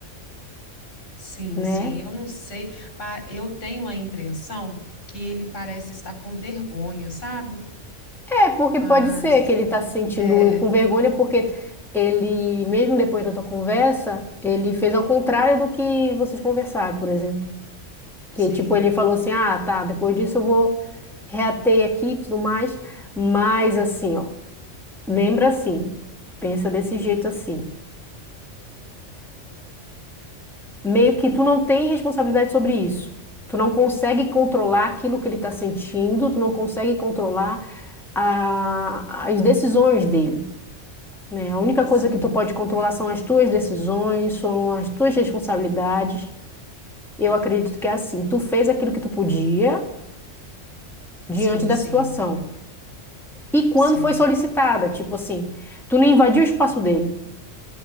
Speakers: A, on the left (about 75°); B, in the centre.
A: Sim,
B: né?
A: sim, eu não sei. pa- Eu tenho a impressão que ele parece estar com vergonha, sabe?
B: É, porque pode
A: Mas
B: ser que ele tá se sentindo
A: é,
B: com vergonha, porque ele, mesmo depois da tua conversa, ele fez ao contrário do que vocês conversaram, por exemplo. Que,
A: sim,
B: tipo, ele falou assim, ah, tá, depois disso eu vou reater aqui e tudo mais. Mas, assim, ó, lembra assim, pensa desse jeito assim. meio que tu não tem responsabilidade sobre isso. Tu não consegue controlar aquilo que ele está sentindo, tu não consegue controlar a- as decisões dele, né? A única
A: sim,
B: coisa que tu pode controlar são as tuas decisões, são as tuas responsabilidades. Eu acredito que é assim. Tu fez aquilo que tu podia diante
A: sim,
B: da
A: sim,
B: situação. E quando
A: sim,
B: foi solicitada, tipo assim, tu não invadiu o espaço dele.